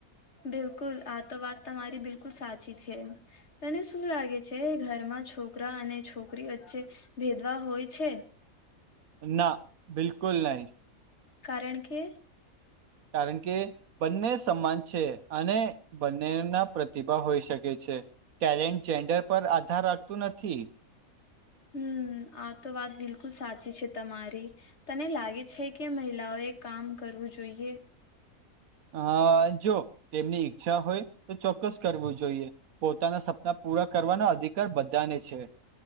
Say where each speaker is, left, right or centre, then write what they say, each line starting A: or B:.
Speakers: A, on the left; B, on the right.
A: બિલકુલ આ તો વાત તમારી બિલકુલ સાચી છે, તને શું લાગે છે, ઘરમાં છોકરા અને છોકરી વચ્ચે ભેદભાવ હોય છે.
B: ના બિલકુલ નહીં
A: કારણ કે
B: કારણ કે બંને સમાન છે, અને બંનેના પ્રતિભા હોઈ શકે છે, ટેલેન્ટ જેન્ડર પર આધાર રાખતું નથી
A: હમ્મ આ તો વાત બિલકુલ સાચી છે, તમારી તને લાગે છે, કે મહિલાઓએ કામ કરવું જોઈએ
B: આ જો તેમની ઈચ્છા હોય તો ચોક્કસ કરવું જોઈએ, પોતાના સપના પૂરા કરવાનો અધિકાર બધાને છે,